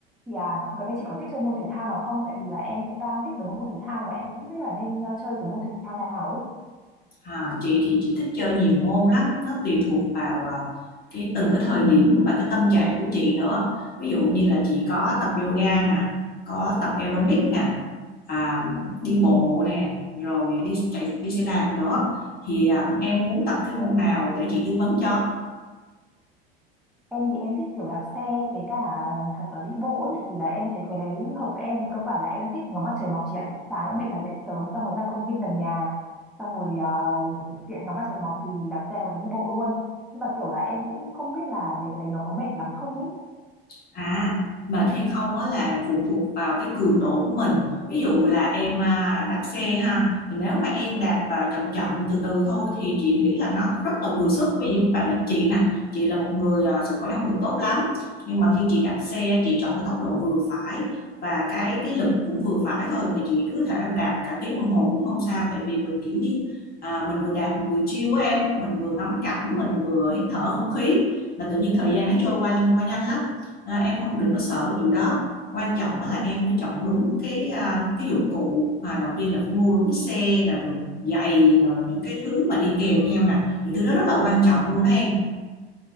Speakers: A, in the centre; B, on the left.
A: Thì à, gần đây chị có thích chơi môn thể thao nào không? Tại vì là em cũng đang thích mấy môn thể thao mà em cũng chưa biết là nên ờ, chơi cái môn thể thao nào ấy.
B: À, chị thì chị thích chơi nhiều môn lắm nó tùy thuộc vào à, cái từng cái thời điểm và cái tâm trạng của chị nữa ví dụ như là chị có tập yoga nè có tập aerobic nè à, đi bộ nè rồi đi chạy đi xe đạp nữa thì à, em muốn tập cái môn nào để chị tư vấn cho
A: Em thì em thích kiểu đạp xe với cả hoặc là đi bộ ấy. Tại Vì là em thấy cái đấy hợp với em. Cơ bản là em thích ngắm mặt trời mọc chị ạ. Sáng em định là dậy sớm xong rồi ra công viên gần nhà. Xong rồi ờ, tiện ngắm mặt trời mọc thì đạp xe hoặc là đi bộ luôn. Nhưng mà kiểu là em cũng không biết là mấy cái đấy nó có mệt lắm không ấy.
B: À, mệt hay không á là phụ thuộc vào cái cường độ của mình. Ví dụ là em à, đạp xe ha, thì nếu mà em đạp à, chậm chậm từ từ thôi thì chị nghĩ là nó rất là vừa sức. Ví dụ à, chị nè, chị là một người à, sức khỏe không được tốt lắm, nhưng mà khi chị đạp xe chị chọn cái tốc độ vừa phải và cái cái lực cũng vừa phải thôi thì chị cứ thể đạp cả tiếng đồng hồ cũng không sao tại vì mình kiểu như à, mình vừa đạp mình vừa chill á em, mình vừa ngắm cảnh, mình vừa hít thở không khí là tự nhiên thời gian nó trôi qua qua nhanh lắm à, em không đừng có sợ cái vụ đó quan trọng là em phải chọn đúng cái à, cái dụng cụ à, đầu tiên là phải mua đúng cái xe nè rồi giày nè rồi những cái thứ mà đi kèm theo nè những thứ đó rất là quan trọng luôn đó em